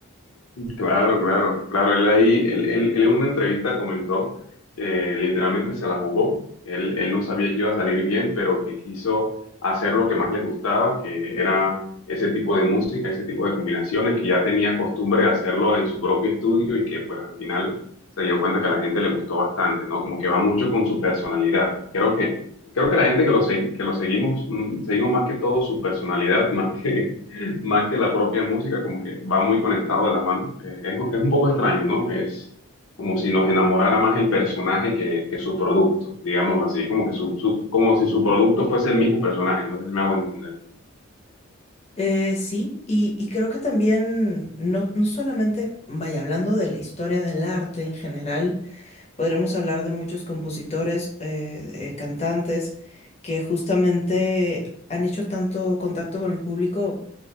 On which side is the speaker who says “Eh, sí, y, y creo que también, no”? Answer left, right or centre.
Left